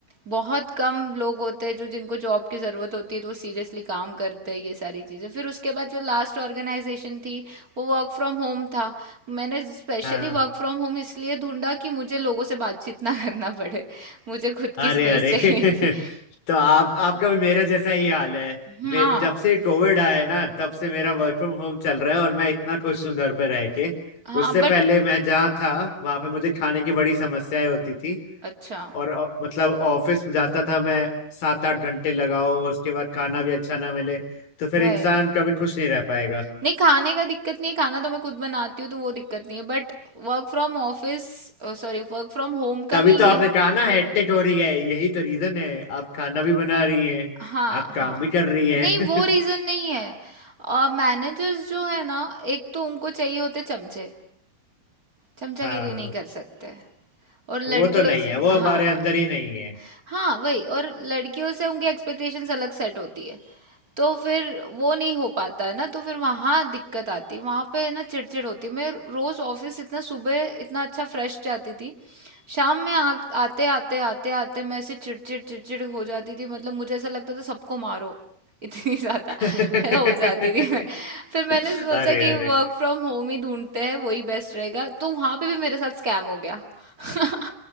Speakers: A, on the right (about 30°); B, on the left (about 65°).
A: बहुत कम लोग होते हैं जो जिनको जॉब की जरूरत होती है तो वो सीरियसली काम करते हैं ये सारी चीजें फिर उसके बाद जो लास्ट ऑर्गेनाइजेशन थी वो वर्क फ्रॉम होम था मैंने स्पेशली
B: हाँ
A: वर्क फ्रॉम होम इसलिए ढूंढा कि मुझे लोगों से बातचीत ना करना पड़े मुझे खुद
B: अरे
A: की स्पेस
B: अरे
A: चाहिए थी
B: <laughs> तो आप आपका भी मेरा जैसा ही हाल है
A: हाँ
B: मे, जब से कोविड आया है ना तब से मेरा वर्क फ्रॉम होम चल रहा है और मैं इतना खुश हूँ घर पे रह के
A: हाँ
B: उससे
A: बट
B: पहले मैं जहाँ था वहां पे मुझे खाने की बड़ी समस्याएं होती थी
A: अच्छा
B: और अ, मतलब ऑफिस में जाता था मैं सात आठ घंटे लगाओ और उसके बाद खाना भी अच्छा ना मिले तो फिर
A: वही
B: इंसान कभी खुश नहीं रह पाएगा
A: नहीं खाने का दिक्कत नहीं है खाना तो मैं खुद बनाती हूँ तो वो दिक्कत नहीं है But work from office sorry work from home
B: तभी
A: का भी
B: तो
A: ये
B: आपने
A: है
B: कहा ना हेक्टिक हो रही है यही तो रीजन है आप खाना भी बना रही हैं
A: हाँ
B: आप काम
A: हाँ
B: भी कर रही हैं
A: नहीं वो
B: <laughs>
A: रीजन नहीं है मैनेजर्स जो है ना एक तो उनको चाहिए होते चमचे चमचागिरी
B: हाँ
A: नहीं कर सकते और लड़कियों
B: वो तो नहीं
A: से
B: है वो हमारे
A: हाँ
B: अंदर ही नहीं है
A: हाँ वही और लड़कियों से उनकी एक्सपेक्टेशंस अलग सेट होती है तो फिर वो नहीं हो पाता है ना तो फिर वहाँ दिक्कत आती है वहाँ पे है ना चिड़चिड़ होती है मैं रोज ऑफिस इतना सुबह इतना अच्छा फ्रेश जाती थी शाम में आ, आते आते आते आते मैं ऐसे चिड़चिड़ चिड़चिड़ हो जाती थी मतलब मुझे ऐसा लगता था सबको मारो इतनी <laughs> ज्यादा
B: <laughs>
A: है हो जाती थी मैं फिर मैंने सोचा
B: अरे
A: कि
B: अरे
A: वर्क फ्रॉम होम ही ढूंढते हैं वही बेस्ट रहेगा तो वहां पे भी मेरे साथ स्कैम हो गया <laughs>